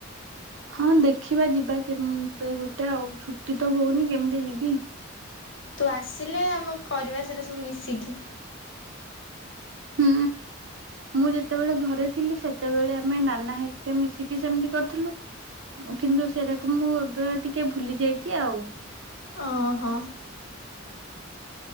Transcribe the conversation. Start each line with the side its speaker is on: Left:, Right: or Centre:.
Right: ହଁ ଦେଖିବା ଯିବା କେବେ ଗୋଟେ ଆଉ ଛୁଟି ତ ହଉନି କେମିତି ଯିବି।
Left: ତୁ ଆସିଲେ ଆ କରିବା ସେରା ସବୁ ମିଶିକି।
Right: ହୁଁ ମୁଁ ଯେତେବେଳେ ଘରେ ଥିଲି ସେତେବେଳେ ଆମେ ନାନା ହେରିକା ମିଶିକି ସେମିତି କରିଥିଲୁ କିନ୍ତୁ ସେରାକୁ ମୁଁ ଏବେ ଟିକେ ଭୁଲି ଯାଇଛି ଆଉ।
Left: ଓ ହୋ।